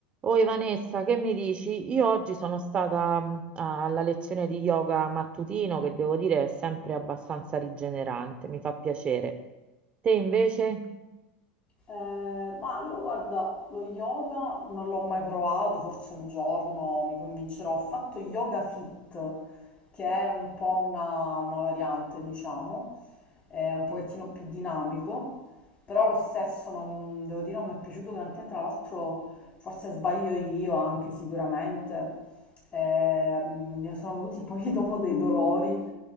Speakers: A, on the right; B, on the left.
A: Oi Vanessa, che mi dici? Io oggi sono stata mh, alla lezione di yoga mattutino che devo dire è sempre abbastanza rigenerante, mi fa piacere. Te invece?
B: Eh, ma io guarda, lo yoga non l'ho mai provato, forse un giorno mi convincerò. Ho fatto yoga fit, che è un po' una, una variante, diciamo, è un pochettino più dinamico, però lo stesso non, devo dire non mi è piaciuto granché, tra l'altro forse sbaglio io anche sicuramente. Eh, mi sono venuti poi <laughs> dopo dei dolori